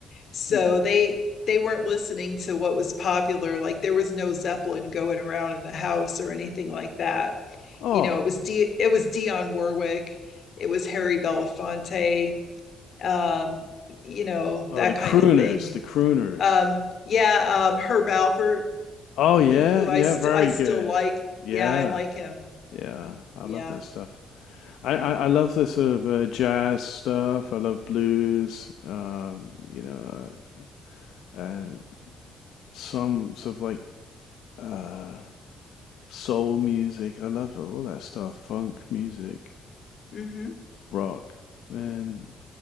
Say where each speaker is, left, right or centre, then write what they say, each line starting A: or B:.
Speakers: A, on the left (about 55°); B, on the left (about 80°).
A: So
B: hmm.
A: they they weren't listening to what was popular. Like there was no Zeppelin going around in the house or anything like that.
B: Oh,
A: you know, it was D it was Dion Warwick, it was Harry Belafonte, um, you know,
B: oh,
A: that
B: the crooners,
A: kind of thing.
B: the crooners.
A: Um, yeah, um, Herb Alpert,
B: Oh yeah,
A: who who
B: yeah,
A: I st-
B: very
A: I still
B: good.
A: like.
B: Yeah,
A: Yeah, I like him.
B: yeah, I
A: Yeah.
B: love that stuff. I, I, I love the sort of uh, jazz stuff. I love blues. Um, you know, uh, and some sort of like uh soul music. I love it, all that stuff, funk music,
A: Mm-hmm.
B: rock, and